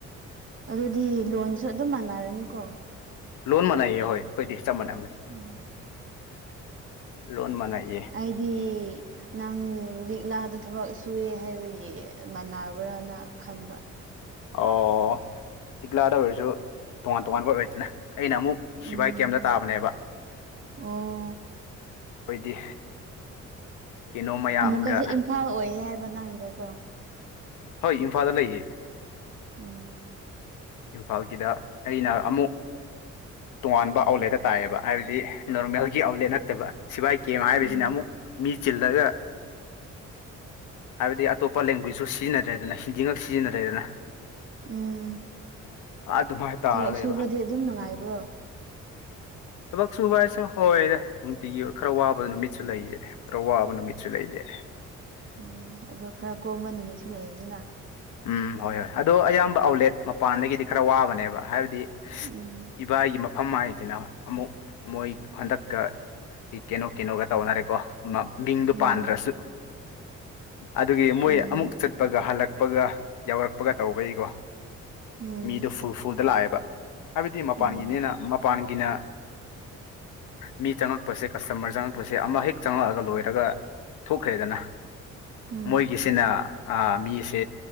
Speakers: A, on the right; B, on the left.
A: ꯑꯗꯨꯗꯤ ꯂꯣꯟꯁꯨ ꯑꯗꯨꯝ ꯃꯥꯟꯅꯔꯅꯤꯀꯣ
B: ꯂꯣꯟ ꯃꯥꯟꯅꯩꯌꯦ ꯍꯣꯏ ꯑꯩꯈꯣꯏꯗꯤ ꯆꯞ ꯃꯥꯟꯅꯕꯅꯤ
A: ꯎꯝ
B: ꯂꯣꯟ ꯃꯥꯟꯅꯩꯌꯦ
A: ꯑꯩꯗꯤ ꯅꯪ ꯂꯤꯛꯂꯥꯗ ꯊꯕꯛ ꯁꯨꯏꯑꯦ ꯍꯥꯏꯕꯒꯤ ꯃꯥꯟꯅꯕ꯭ꯔꯥꯅ ꯈꯟꯕ
B: ꯑꯣ ꯂꯤꯛꯂꯥꯗ ꯑꯣꯏꯔꯁꯨ ꯇꯣꯉꯥꯟ ꯇꯣꯉꯥꯟꯕ ꯑꯣꯏꯑꯦꯗꯅ ꯑꯩꯅ ꯑꯃꯨꯛ
A: ꯎꯝ
B: ꯁꯤꯐꯏ ꯀꯦꯝꯗ ꯇꯥꯕꯅꯦꯕ
A: ꯑꯣ
B: ꯑꯩꯈꯣꯏꯗꯤ ꯀꯩꯅꯣ ꯃꯌꯥꯝꯒ
A: ꯑꯃꯨꯛꯀꯁꯨ ꯏꯝꯐꯥꯜ ꯑꯣꯏꯌꯦ ꯍꯥꯏꯕ ꯅꯒꯤꯗꯣ ꯀꯣ
B: ꯍꯣꯏ ꯏꯝꯐꯥꯜꯗ ꯂꯩꯌꯦ
A: ꯎꯝ
B: ꯏꯝꯐꯥꯜꯒꯤꯗ ꯑꯩꯅ ꯑꯃꯨꯛ ꯇꯣꯉꯥꯟꯕ ꯑꯥꯎꯠꯂꯦꯠꯇ ꯇꯥꯏꯌꯦꯕ ꯍꯥꯏꯕꯗꯤ ꯅꯣꯔꯃꯦꯜꯒꯤ ꯑꯥꯎꯠꯂꯦꯠ ꯅꯠꯇꯕ ꯁꯤꯚꯥꯏ ꯀꯦꯝ ꯍꯥꯏꯕꯁꯤꯅ
A: ꯎꯝ
B: ꯑꯃꯨꯛ ꯃꯤ ꯆꯤꯜꯂꯒ ꯍꯥꯏꯕꯗꯤ ꯑꯇꯣꯞꯄ ꯂꯦꯡꯒ꯭ꯋꯦꯖꯁꯨ ꯁꯤꯖꯤꯟꯅꯗ꯭ꯔꯦꯗꯅ ꯍꯤꯟꯗꯤ ꯉꯛ ꯁꯤꯖꯤꯟꯅꯔꯦꯗꯅ
A: ꯎꯝ
B: ꯑꯗꯨꯃꯥꯏꯅ ꯇꯥꯔ
A: ꯊꯕꯛ
B: ꯂꯩꯕ
A: ꯁꯨꯕꯗꯤ ꯑꯗꯨꯝ ꯅꯨꯡꯉꯥꯏꯕ꯭ꯔꯣ
B: ꯊꯕꯛ ꯁꯨꯕ ꯍꯥꯏꯁꯦ ꯍꯣꯏꯗ ꯅꯨꯡꯇꯤꯒꯤ ꯈꯔ ꯋꯥꯕ ꯅꯨꯃꯤꯠꯁꯨ ꯂꯩꯌꯦ ꯈꯔ ꯋꯥꯕ ꯅꯨꯃꯤꯠꯁꯨ ꯂꯩꯌꯦ
A: ꯎꯝ ꯑꯗꯣ ꯈꯔ ꯀꯣꯝꯕ ꯅꯨꯃꯤꯠꯁꯨ ꯂꯩꯌꯦꯗꯅ
B: ꯎꯝ ꯍꯣꯏ ꯍꯣꯏ ꯑꯗꯣ ꯑꯌꯥꯝꯕ ꯑꯥꯎꯠꯂꯦꯠ ꯃꯄꯥꯟꯗꯒꯤꯗꯤ ꯈꯔ ꯋꯥꯕꯅꯦꯕ ꯍꯥꯏꯕꯗꯤ
A: ꯎꯝ
B: ꯏꯚꯥꯏꯒꯤ ꯃ ꯐꯝ ꯍꯥꯏꯁꯤꯅ ꯑꯃꯨꯛ ꯃꯣꯏ ꯍꯟꯗꯛꯀ ꯀꯩꯅꯣ ꯀꯩꯅꯣꯒ ꯇꯧꯅꯔꯦꯀꯣ ꯃꯤꯡꯗꯣ
A: ꯎꯝ
B: ꯄꯥꯟꯗ꯭ꯔꯁꯨ ꯑꯗꯨꯒꯤ ꯃꯣꯏ
A: ꯎꯝ
B: ꯑꯃꯨꯛ ꯆꯠꯄꯒ ꯍꯜꯂꯛ ꯄꯒ ꯌꯥꯎꯔꯛꯄꯒ ꯇꯧꯕꯒꯤꯀꯣ
A: ꯎꯝ
B: ꯃꯤꯗꯣ ꯐꯨꯜ ꯐꯨꯜꯗ ꯂꯥꯛꯑꯦꯕ ꯍꯥꯏꯕꯗꯤ ꯃꯄꯥꯟꯒꯤꯅꯤꯅ
A: ꯎꯝ
B: ꯃꯄꯥꯟꯒꯤꯅ ꯃꯤ ꯆꯪꯉꯛꯄꯁꯦ ꯀꯁꯇꯃꯔ ꯆꯪꯉꯛꯄꯁꯦ ꯑꯃ ꯍꯦꯛ ꯆꯪꯉꯛꯑꯒ ꯂꯣꯏꯔꯒ ꯊꯣꯛꯈ꯭ꯔꯦꯗꯅ
A: ꯎꯝ
B: ꯃꯣꯏꯒꯤꯁꯤꯅ ꯃꯤꯁꯦ